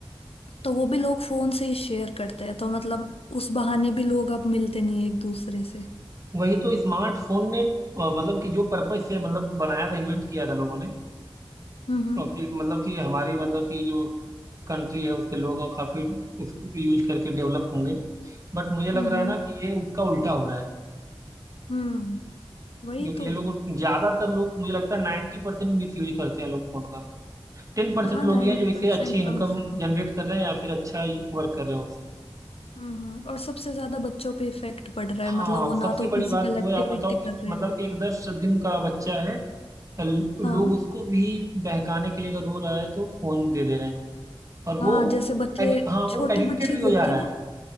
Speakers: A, on the left (about 80°); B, on the right (about 35°).
A: तो वो भी लोग फोन से ही शेयर करते हैं तो मतलब उस बहाने भी लोग अब मिलते नहीं है एक दूसरे से
B: वही तो स्मार्टफोन ने अ, मतलब कि जो पर्पज से मतलब बनाया था इन्वेंट किया था लोगों ने
A: हम्म
B: और कि मतलब कि हमारी मतलब कि जो कंट्री है उसके लोग हैं, काफी उसको यूज करके डेवलप होंगे बट मुझे लग
A: हम्म
B: रहा है ना कि ये उसका उल्टा हो रहा है
A: हम्म वही
B: क्योंकि
A: तो
B: ये लोग ज्यादातर लोग मुझे लगता है नाइन्टी परसेंट मिस यूज करते हैं लोग फोन का टेन परसेंट
A: हाँ
B: लोग
A: नाइन्टी
B: ही हैं जो इसे
A: परसेंट
B: अच्छी इनकम
A: कम से कम
B: जनरेट कर रहे हैं या फिर अच्छा वर्क कर रहे हैं उससे
A: हम्म और सबसे ज्यादा बच्चों पे इफेक्ट पड़ रहा
B: हाँ
A: है मतलब वो ना
B: सबसे
A: तो
B: बड़ी
A: फिजिकल
B: बात तो
A: एक्टिविटी
B: है आप बताओ
A: कर
B: कि
A: रहे
B: मतलब
A: हैं
B: एक दस दिन का बच्चा है ल-
A: हाँ
B: लोग उसको भी बहकाने के लिए अगर रो रहा है तो फोन दे दे रहे हैं और वो
A: हाँ जैसे बच्चे
B: एडिक हाँ वो
A: छोटे
B: एडिक्टेड
A: बच्चे
B: भी
A: रोते
B: हो जा रहा
A: हैं
B: है